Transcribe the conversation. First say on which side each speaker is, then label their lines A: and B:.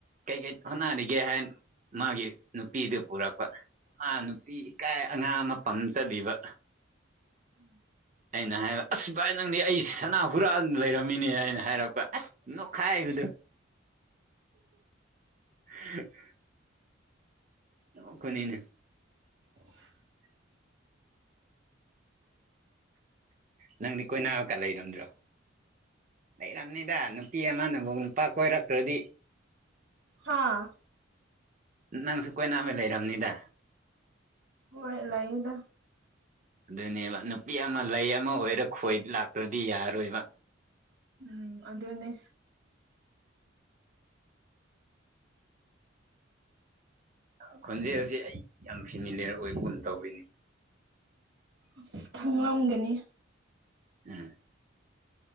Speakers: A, on the right; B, on the right.
A: ꯀꯩꯀꯩ ꯊꯣꯠꯅꯔꯤꯒꯦ ꯍꯥꯏꯅ ꯃꯥꯒꯤ ꯅꯨꯄꯤꯗꯨ ꯄꯨꯔꯛꯄ ꯃꯥ ꯅꯨꯄꯤ ꯏꯀꯥꯏ ꯑꯉꯥꯡ ꯑꯃ ꯄꯝ ꯆꯠꯂꯤꯕ
B: <unintelligible>
A: ꯑꯩꯅ ꯍꯥꯏꯕ ꯑꯁ ꯚꯥꯏ ꯅꯪꯗꯤ ꯑꯩ ꯁꯅꯥ ꯍꯨꯔꯥꯟ ꯂꯩꯔꯝꯃꯤꯅꯦ ꯍꯥꯏꯅ ꯍꯥꯏꯔꯛꯄ ꯑꯁ ꯈꯥꯏꯕꯗꯨ <unintelligible> ꯅꯣꯛꯄꯅꯤꯅꯦ
B: <unintelligible>
A: ꯅꯪꯗꯤ ꯀꯣꯏꯅꯥꯕꯀ ꯂꯩꯔꯝꯗ꯭ꯔꯣ ꯂꯩꯔꯝꯅꯤꯗ ꯅꯨꯄꯤ ꯑꯃꯅꯕꯨ ꯅꯨꯄꯥ ꯀꯣꯏꯔꯛꯇ꯭ꯔꯗꯤ
B: ꯍꯥꯥ
A: ꯅꯪꯁꯨ ꯀꯣꯏꯅꯕ ꯂꯩꯔꯝꯅꯤꯗ
B: ꯍꯣꯏ ꯂꯩ ꯌꯦꯗ
A: ꯑꯗꯨꯅꯦꯕ ꯅꯨꯄꯤ ꯑꯃ ꯂꯩ ꯑꯃ ꯑꯣꯏꯔ ꯈꯣꯏ ꯂꯥꯛꯇ꯭ꯔꯗꯤ ꯌꯥꯔꯔꯣꯏꯕ
B: ꯎꯝ ꯑꯗꯨꯅꯦ
A: ꯅꯪ ꯈꯣꯟꯖꯦꯜꯁꯦ ꯑꯩ ꯌꯥꯝ ꯐꯦꯃꯤꯂꯤꯌꯔ ꯑꯣꯏꯕꯒꯨꯝ ꯇꯧꯋꯤꯅꯦ
B: ꯑꯁ ꯈꯪꯂꯝꯒꯅꯤ
A: ꯎꯝ